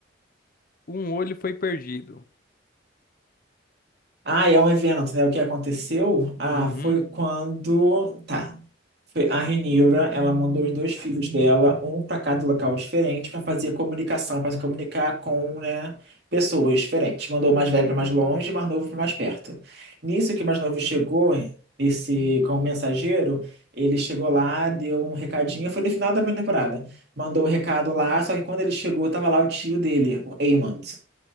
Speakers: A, on the left (about 45°); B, on the right (about 55°).
A: Um olho foi perdido.
B: Ah, é um evento, né? O que aconteceu? Ah,
A: Uhum.
B: foi quando. Tá. Foi- A Renira, ela mandou os dois filhos dela, um para cada local diferente, para fazer comunicação, para se comunicar com, né, pessoas diferentes. Mandou o mais velho para mais longe, e o mais novo para mais perto. Nisso que o mais novo chegou, esse como mensageiro, ele chegou lá, deu um recadinho, foi no final da primeira temporada. Mandou o recado lá, só que quando ele chegou, tava lá o tio dele, o Aemond.